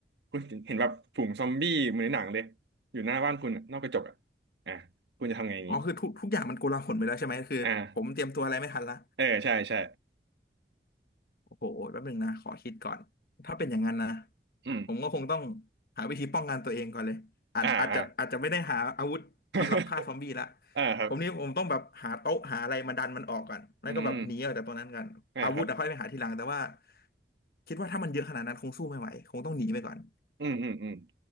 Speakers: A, on the right; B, on the left.
A: คุณเห็นเห็นแบบฝูงซอมบี้เหมือนในหนังเลยอยู่หน้าบ้านคุณอะนอกกระจกอ่ะอ่ะคุณจะทำไงอย่างงี้
B: อ๋อคือทุกทุกอย่างมันโกลาหลไปแล้วใช่ไหมคือผมเตรียมตัวอะไรไม่ทันละ
A: อ่าเออใช่ใช่
B: โอ้โหแป๊บหนึ่งนะขอคิดก่อนถ้าเป็นอย่างนั้นนะ
A: อืม
B: ผมก็คงต้องหาวิธีป้องกันตัวเองก่อนเลยอาจอาจจะอาจจะไม่ได้หาอาวุธสำหรับฆ่าซอมบี้ละ
A: อ่าอ่า <laughs> อ่าครับ
B: ผมนี่ผมต้องแบบหาโต๊ะหาอะไรมาดันมันออกก่อนแล้วก็แบบหนีออกจากตรงนั้นกันอาวุธอะค่อยไปหาทีหลังแต่ว่า
A: อืมอ่าครับ
B: คิดว่าถ้ามันเยอะขนาดนั้นคงสู้ไม่ไหวคงต้องหนีไปก่อน
A: อืมอืมอืม